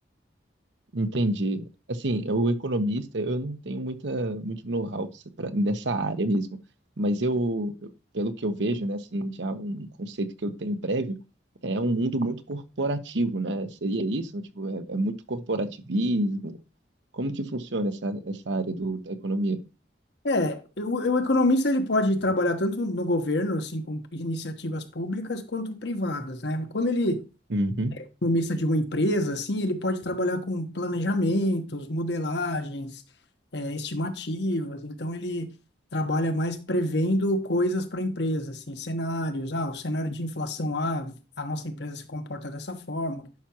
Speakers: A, on the right; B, on the left.
A: Entendi. Assim, eu, o economista, eu não tenho muita, muito know-how pra- nessa área mesmo, mas eu, eu- pelo que eu vejo, né, assim, já um conceito que eu tenho prévio, é um mundo muito corporativo, né? Seria isso? Tipo, é, é muito corporativismo. Como que funciona essa, essa área do, da economia?
B: É, o, o economista ele pode trabalhar tanto no governo, assim, com iniciativas públicas, quanto privadas, né? Quando ele
A: Uhum,
B: é economista de uma empresa, assim, ele pode trabalhar com planejamentos, modelagens, é, estimativas. Então, ele trabalha mais prevendo coisas para a empresa, assim, cenários. Ah, o cenário de inflação, ah, a nossa empresa se comporta dessa forma.